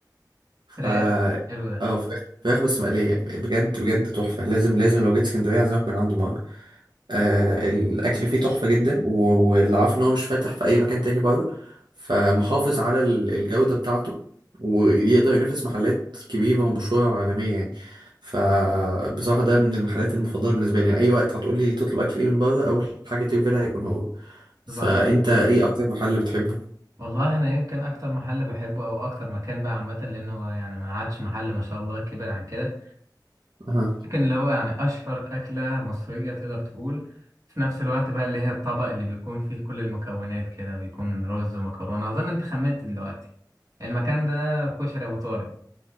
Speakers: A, on the right; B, on the right.
A: ف
B: فراخ حلو ده
A: اه فراخ فراخ بس مقليه بجد بجد تحفه لازم لازم لو جيت اسكندريه اعزمك من عنده مره آه الاكل فيه تحفه جدا و- واللي عارف ان هو مش فاتح في اي مكان تاني بره فمحافظ على ال- الجوده بتاعته ويقدر ينافس محلات كبيره ومشهوره وعالميه يعني فبصراحه ده من المحلات المفضله بالنسبه لي يعني اي وقت هتقول لي تطلب اكل ايه من بره اول حاجه تيجي في بالها هيكون هو فانت
B: البركة
A: ايه اكتر محل بتحبه
B: والله أنا يمكن أكتر محل بحبه أو أكتر مكان بقى عامة لأنه هو يعني ما عادش محل ما شاء الله كبر عن كده
A: اها
B: يمكن اللي هو يعني أشهر أكلة مصرية تقدر تقول في نفس الوقت بقى اللي هي الطبق اللي بيكون فيه كل المكونات كده بيكون رز ومكرونة أظن أنت خمنت دلوقتي المكان ده كشري أبو طارق